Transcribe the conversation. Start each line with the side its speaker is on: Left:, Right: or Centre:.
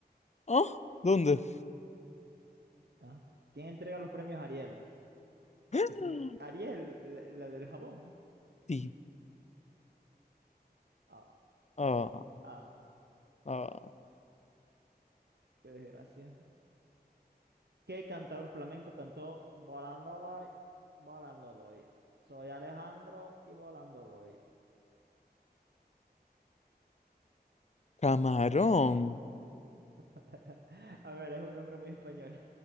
Left: ¿Ah? ¿Dónde?
Right: Ah. ¿Quién entrega los premios Ariel?
Left: <gasps>
Right: Eso- Ariel, la, la del jabón.
Left: Sí.
Right: Ah,
Left: Ah,
Right: ah,
Left: ah.
Right: qué desgracia. ¿Qué cantador flamenco cantó Volando voy, volando voy? Soy Alejandro y volando voy.
Left: Camarón.
Right: <laughs> A ver, es un nombre muy español.